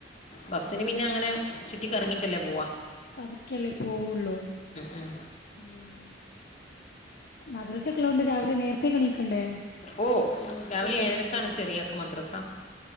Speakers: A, on the left; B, on the left.
A: ബസ്സിന്
B: ആ
A: മിന്നെ അങ്ങനെ ചുറ്റിക്കറങ്ങീട്ടല്ലെ പോവ
B: പതുക്കല്ലെ പോവൂള്ളു
A: ഉം
B: മ് മദ്രസക്കെള്ളോണ്ട് രാവിലെ നേരത്തെ ക്കെണീക്കണ്ടെ
A: ഓ രാവിലെ ഏഴരക്കാണ് ചെറിയാക്ക് മദ്രസ